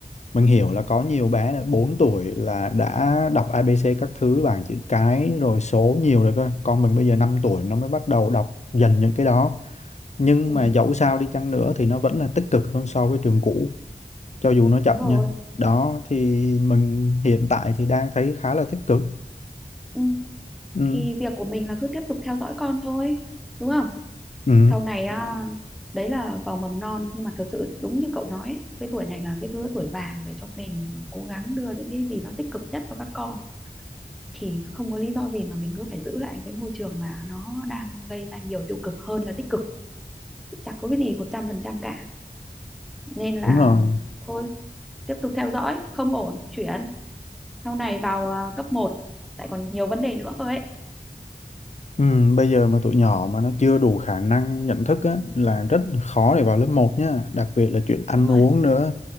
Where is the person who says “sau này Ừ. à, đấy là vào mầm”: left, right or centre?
Centre